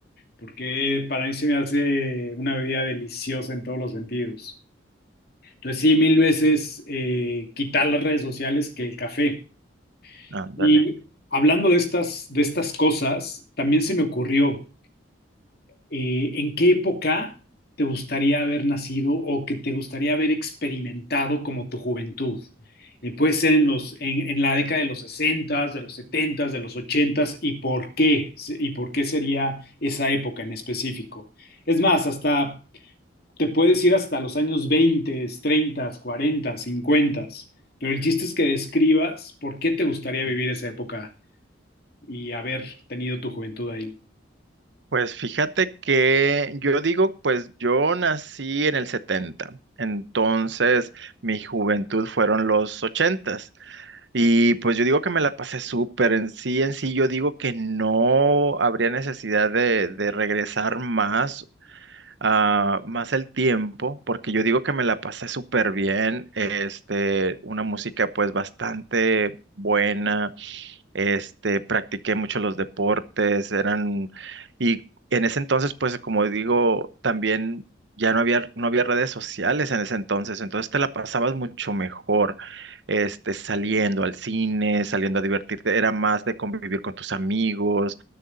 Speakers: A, on the left; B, on the right.
A: porque para mí se me hace una bebida deliciosa en todos los sentidos. Entonces sí, mil veces eh, quitar las redes sociales que el café.
B: Ándale.
A: Y hablando de estas, de estas cosas, también se me ocurrió, eh, ¿en qué época te gustaría haber nacido o que te gustaría haber experimentado como tu juventud? Eh, puede ser en los, en, en la década de los 60s, de los 70s, de los 80s, ¿y por qué? ¿Y por qué sería esa época en específico? Es más, hasta te puedes ir hasta los años 20, 30, 40, 50, pero el chiste es que describas por qué te gustaría vivir esa época y haber tenido tu juventud ahí.
B: Pues fíjate que yo digo, pues yo nací en el 70, entonces mi juventud fueron los 80 Y pues yo digo que me la pasé súper. En sí, en sí, yo digo que no habría necesidad de, de regresar más, ah, más el tiempo, porque yo digo que me la pasé súper bien. Este, una música pues bastante buena. Este, practiqué mucho los deportes, eran, y en ese entonces, pues como digo, también ya no había, no había redes sociales en ese entonces, entonces te la pasabas mucho mejor, este, saliendo al cine, saliendo a divertirte, era más de convivir con tus amigos,